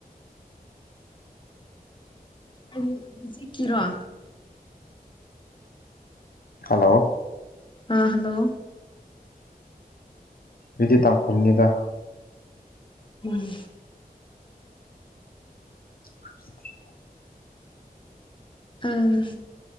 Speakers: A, on the left; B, on the left.
A: ꯍꯧꯖꯤꯛꯀꯤꯔꯣ
B: ꯍꯜꯂꯣ
A: ꯑꯥ ꯍꯜꯂꯣ
B: ꯑꯗꯨꯗꯤ ꯇꯥꯡ ꯀꯨꯟꯅꯤꯗ
A: ꯎꯝ
B: <inaudible>
A: ꯎꯝ